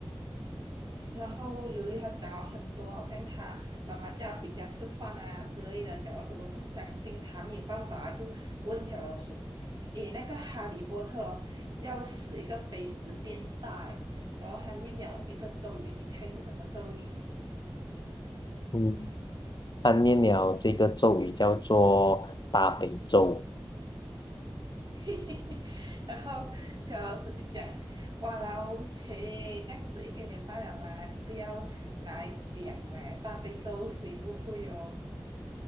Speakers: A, on the right; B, on the left.
A: 然后由于他讲了很多，好像他妈妈叫他回家吃饭啊之类的，小老鼠都不相信他，没有办法，就问小老鼠：“诶，那个哈利波特哦要使一个杯子变大诶，然后他念了一个咒语，你猜是什么咒语？”
B: 嗯，他念了这个咒语叫做大悲咒。
A: <laughs> 然后小老鼠就讲：“哇啦哦切，这样子一点点罢了嘛，你不要拿来讲嘛，大悲咒谁不会哦？”